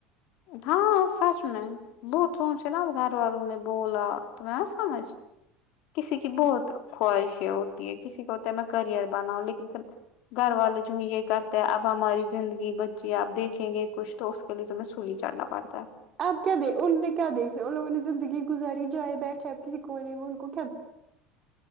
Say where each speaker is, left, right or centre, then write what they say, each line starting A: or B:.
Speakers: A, on the left; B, on the right.
A: ہاں سچ میں بہت سوچ نا گھر والوں نے بولا تمہیں آیا سمجھ کسی کی بہت خواہشیں ہوتی ہے کسی کو میں کریئر بناؤ لیکن پھر گھر والے جو یے کرتے ہیں اب ہماری زندگی بچہ آپ دیکھیں گے کچھ تو اس کے لیے تمہیں سولی چڑھنا پڑتا ہے
B: اب کیا دیک ان نے کیا دیکھنا ہے ان لوگوں نے زندگی گزاری جائے بیٹھے اپ کسی کونے میں ان کو